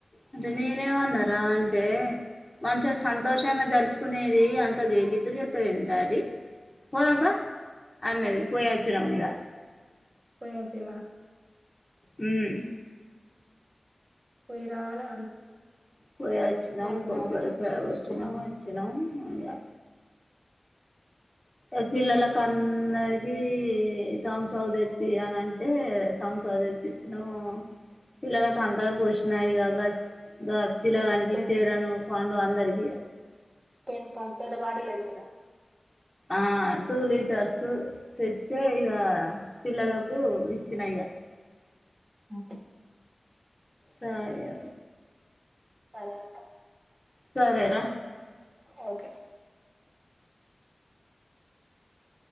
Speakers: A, on the left (about 15°); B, on the right (about 35°).
A: అంటేనే నేనేమన్నారా అంటే మంచిగా సంతోషంగా జరుపుకునేది అంత గీ గిట్లు చెత్తవేంది డాడీ పోదంపా అన్నది పోయోచ్చినం ఇగా
B: పోయేచ్చిల్లా
A: ఉమ్
B: పోయి రావాలా
A: పోయ వచ్చినాం
B: ఉండాలి
A: కొబ్బరి
B: మంచిగా
A: కాయ
B: చేసుకోవాలి
A: కోటినం వచ్చినం ఆయా ఇగ పిల్లలలకు అందరికి తాంసబ్ తే కి అని అంటే తుమ్బ్సప్ తెపిచినం పిల్లలలకు అందకి పోషిన ఇగ గా పిలాగానికి
B: పెద్ద
A: ఇచే చేరను పండు అందరికి ఇగ
B: పెన్ పాన్ పేద బాటిల్ దేచేదా
A: ఆ టూ లీటర్స్ తె తే ఇక పిల్లలకు ఇచ్చినా ఇక
B: ఆ
A: తాగ
B: తర్వాత
A: సరేరా
B: ఓకే